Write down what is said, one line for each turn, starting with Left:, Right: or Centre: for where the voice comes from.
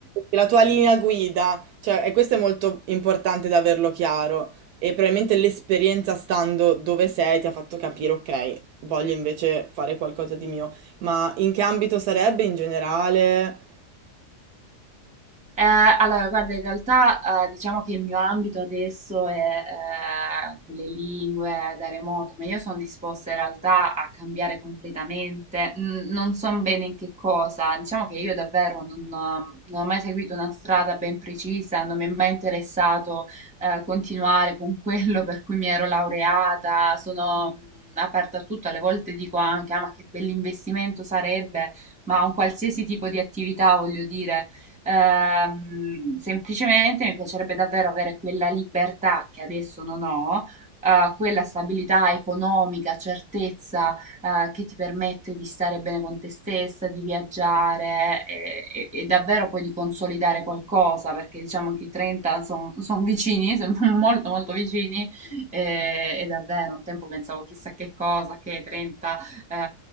Right: la tua linea guida, cioè, e questo è molto importante da averlo chiaro e probabilmente l'esperienza stando dove sei ti ha fatto capire, ok, voglio invece fare qualcosa di mio, ma in che ambito sarebbe in generale?
Centre: Eh, allora, guarda, in realtà eh, diciamo che il mio ambito adesso è eh, con le lingue da remoto, ma io sono disposta in realtà a cambiare completamente. N- non so bene in che cosa, diciamo che io davvero non, non ho mai seguito una strada ben precisa, non mi è mai interessato eh, continuare con <laughs> quello per cui mi ero laureata, sono mh, aperta a tutto, alle volte dico anche, ah, ma che bell'investimento sarebbe, ma un qualsiasi tipo di attività, voglio dire Ehm, semplicemente mi piacerebbe davvero avere quella libertà che adesso non ho, eh, quella stabilità economica, certezza, eh, che ti permette di stare bene con te stessa, di viaggiare eh, e, e davvero poi di consolidare qualcosa, perché diciamo che i 30 sono vicini, sono <laughs> molto molto vicini e, e davvero un tempo pensavo chissà che cosa, che 30 ehm,